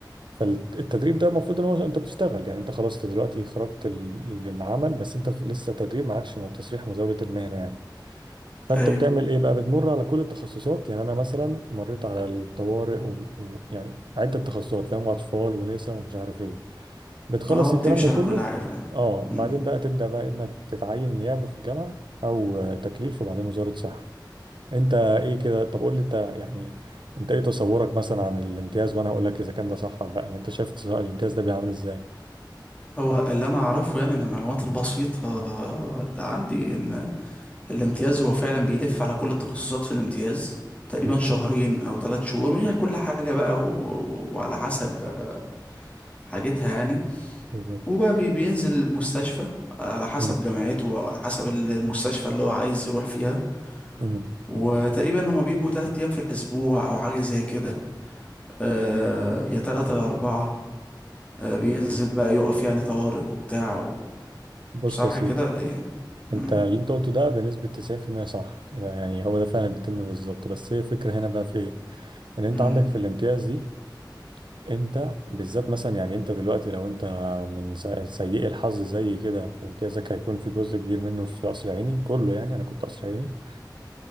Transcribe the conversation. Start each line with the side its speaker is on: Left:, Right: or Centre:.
Right: فالتدريب ده المفروض ان هو انت بتشتغل يعني انت خلاص أنت دلوقتي خرجت ال- للعمل بس انت لسه تدريب معكش تصريح مزاوله المهنه يعني فانت
Left: ايوه
Right: بتعمل ايه بقى بتمر على كل التخصصات يعني انا مثلا مريت على الطوارئ ويعني و... يعني عده تخصصات فاهم اطفال ونساء ومش عارف ايه بتخلص
Left: اه
Right: الكلام
Left: بتمشي
Right: ده كله
Left: على كل حاجة فعلا
Right: اه
Left: امم
Right: بعدين بقى تبدا بقى اما تتعين نيابه في الجامعه او آه، تكليف وبعدين وزاره صحه انت ايه كده طب قول لي انت يعني انت ايه تصورك مثلا عن الامتياز وانا هقول لك اذا كان ده صح ولا لا يعني انت شايف الامتياز ده بيعمل ازاي
Left: هو اللي انا اعرفه يعني ان المعلومات البسيطة اللي عندي ان الامتياز هو فعلا بيلف على كل التخصصات في الامتياز تقريبا
Right: مم.
Left: شهرين او ثلاث شهور مش كل حاجة بقى و... وعلى حسب آه، حاجتها يعني
Right: بالظبط
Left: وبقى بي... بينزل المستشفى على حسب
Right: مم.
Left: جامعته او على حسب ال- المستشفى اللي هو عايز يروح فيها
Right: مم.
Left: وتقريبا هما بيبقوا تلات ايام في الاسبوع او حاجة زي كده آه يا تلاتة يا اربعة آه بينزل بقى يقف يعني طوارئ وبتاع و...
Right: بص
Left: صح
Right: يا سيدي
Left: كده ولا ايه؟
Right: انت
Left: مم.
Right: اللي انت قلته ده بنسبة 90% صح يبقى يعني هو ده فعلا بيتم بالظبط بس هي الفكرة هنا بقى في ايه ان انت
Left: مم.
Right: عندك في الامتياز دي انت بالذات مثلا يعني انت دلوقتي لو انت من سي- سيئي الحظ زي كده وامتيازك هيكون في جزء كبير منه في قصر عيني كله يعني انا كنت قصر عيني